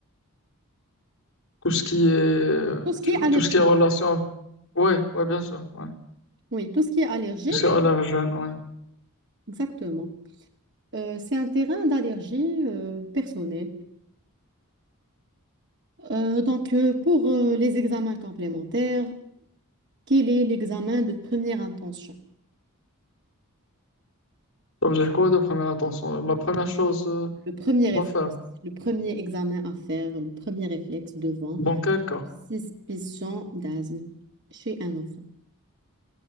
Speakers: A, on the left (about 65°); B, on the right (about 55°).
A: tout ce qui est,
B: Tout ce qui est allergique.
A: tout ce qui est relation, ouais, ouais, bien sûr, ouais.
B: Oui, tout ce qui est allergie,
A: Tout ce qui est allergène, ouais.
B: exactement. Euh, c'est un terrain d'allergie euh, personnelle. Euh, donc, euh, pour euh, les examens complémentaires, quel est l'examen de première intention?
A: Ça veut dire quoi de première intention? La première chose euh,
B: Le premier réflexe,
A: qu'on va faire,
B: le premier examen à faire, le premier réflexe devant
A: dans quel cas?
B: une suspicion d'asthme chez un enfant.